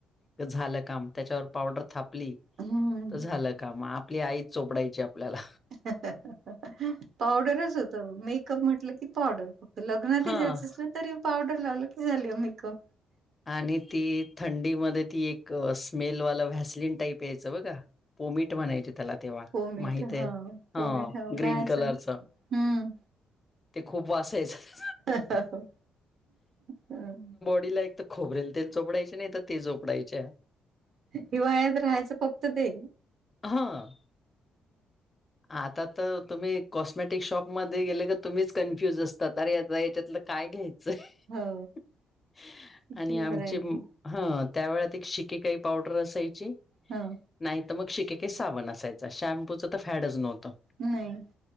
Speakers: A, on the left; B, on the right.
A: तर झालं काम त्यांच्यावर पावडर थापली
B: हम्म
A: तर झालं काम आपली आई चोपडायची आपल्याला
B: <inaudible> पावडरच होत मेकअप म्हटलं की पावडर लग्नातही
A: हां.
B: जायचं असलं तरी पावडर लावलं की, झाली मेकअप
A: आणि ती थंडीमध्ये ती एक स्मेलवाला व्हॅसलिन टाईप यायचं बघा पोमीट म्हणायचं त्याला तेव्हा
B: पोमीट
A: माहित आहे
B: हा पोमीट
A: ह
B: हो
A: ग्रीन
B: राहायचं
A: कलरच
B: हम्म
A: ते खूप वास यायचा <inaudible>
B: <inaudible> हम्
A: तिला एक तर खोबरेल तेल चोपडायची नाही तर ती <unintelligible> झोपडाचे
B: हिवाळ्यात राहायचं फक्त ते
A: हा <inaudible> आता तर तुम्ही कॉस्मॅटिक शॉपमध्ये गेले तर तुम्हीच कन्फ्युज असतात अरे आता याच्यातलं काय घ्यायचं
B: हो
A: <inaudible>
B: किती
A: आणि आमचे
B: व्हरायटी
A: हा त्या वेळात एक शिककाई पावडर असायची
B: हा
A: नाहीत मग शिकेकाई सावण असायचा शॅम्पूच तर फॅडच नव्हतं
B: नाही